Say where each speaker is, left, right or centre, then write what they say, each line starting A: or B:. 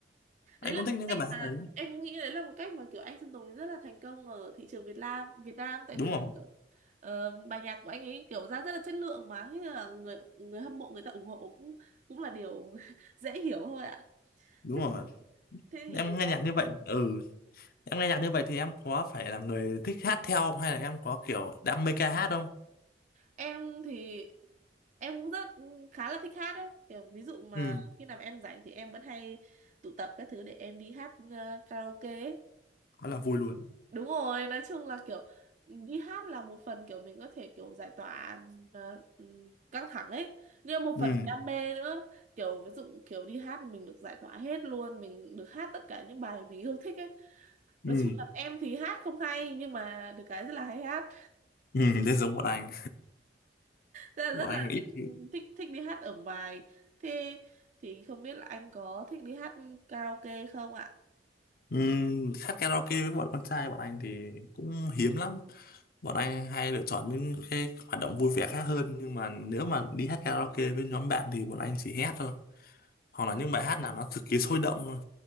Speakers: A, on the right; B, on the left.
A: đấy
B: Anh
A: là
B: cũng thích
A: một
B: những
A: cách
B: cái bài
A: mà
B: hát đấy.
A: em cũng nghĩ đấy là một cách mà kiểu anh Sơn Tùng rất là thành công ở thị trường Việt Nam Việt Nam tại
B: đúng
A: vì là
B: rồi
A: kiểu ờ, bài nhạc của anh ấy kiểu ra rất là chất lượng mà thế là người người hâm mộ người ta ủng hộ cũng cũng là điều <laughs> dễ hiểu thôi ạ
B: đúng
A: thế,
B: rồi
A: thì- thế thì
B: Em nghe
A: ờ,
B: nhạc như vậy, ừ, em nghe nhạc như vậy thì em có phải là người thích hát theo không? Hay là em có kiểu đam mê ca hát không?
A: em thì em cũng rất ừ, khá là thích hát đấy kiểu ví dụ mà
B: ừ
A: khi nào mà em rảnh thì em vẫn hay tụ tập các thứ để em đi hát ờ, karaoke ấy.
B: quá là vui luôn
A: đúng rồi nói chung là kiểu đi hát là một phần kiểu mình có thể kiểu giải tỏa ờ, ừ, căng thẳng ấy nhưng một phần
B: Ừ,
A: đam mê nữa kiểu ví dụ kiểu đi hát thì mình được giải tỏa hết luôn mình được hát tất cả những bài mình yêu thích ấy
B: ừ
A: nói chung là em thì hát không hay nhưng mà được cái rất là hay hát
B: ừ <laughs> nên giống bọn anh,
A: rất là,
B: bọn
A: rất là
B: anh ít
A: thích
B: khi
A: thích thích đi hát ở ngoài thế thì không biết là anh có thích đi hát karaoke không ạ
B: Ừm, hát karaoke với bọn con trai bọn anh thì cũng hiếm lắm bọn anh hay lựa chọn những cái hoạt động vui vẻ khác hơn nhưng mà nếu mà đi hát karaoke với nhóm bạn thì bọn anh chỉ hét thôi hoặc là những bài hát nào nó cực kỳ sôi động thôi